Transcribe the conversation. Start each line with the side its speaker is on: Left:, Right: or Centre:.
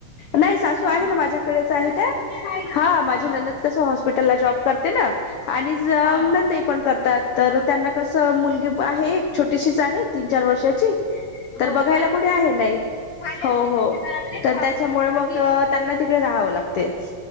Left: नाही सासू
Centre: हा
Left: आहे ना
Centre: हा
Left: माझ्याकडेच आहे त्याऽ हां,
Centre: हा
Left: माझी ननंद कस हॉस्पिटलला जॉब करते ना, आणि
Centre: हा हा
Left: नंदई
Centre: हा
Left: पण करतेऽ तर त्यांना कसं मुलगी आहे एक, छोटीशीच आहे तीन चार वर्षाचीऽ तर
Centre: हो
Left: बघायला
Centre: का
Left: कुठे आहे नाही,, हो, हो तर त्याच्यामुळे मग
Centre: ठीक
Left: त्यांनाऽ तिकडे राहावं लागतेय.